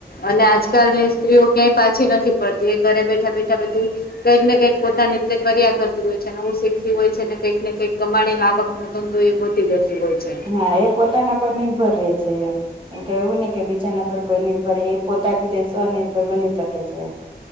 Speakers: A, on the left; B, on the right.
A: અને આજકાલ સ્ત્રીઓ ક્યાંય પાછી નથી પડતી એ ઘરે બેઠા બેઠા બધું કંઈક ને કંઈક પોતાની રીતે કર્યા કરતી હોય છેનેવું શીખતી હોય છે ને કંઈક ને કઈક કમાડીને આવક મત તોું એ ગોતી લીોલ છે
B: હા એ પોતાના પર નિર્ભર રહે છે એમ એમ કેવું નહી કે બીજાના પર કોઈ નિર્ભર એ પોતા રીતે સ્વનિર્ભર બની શકે છે